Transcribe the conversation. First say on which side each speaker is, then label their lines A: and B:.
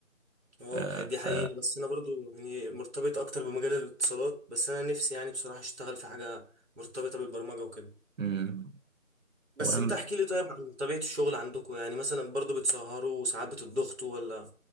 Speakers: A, on the right (about 55°); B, on the right (about 70°).
A: اه
B: آه،
A: ح- دي
B: ف
A: حقيقة بس انا برضو يعني مرتبط اكتر بمجال الاتصالات بس انا نفسي يعني بصراحة اشتغل في حاجة مرتبطة بالبرمجة وكده
B: امم
A: بس
B: وهم
A: انت احكي لي طيب عن طبيعة الشغل عندكم يعني مثلا برضو بتسهروا وساعات بتضغطوا ولا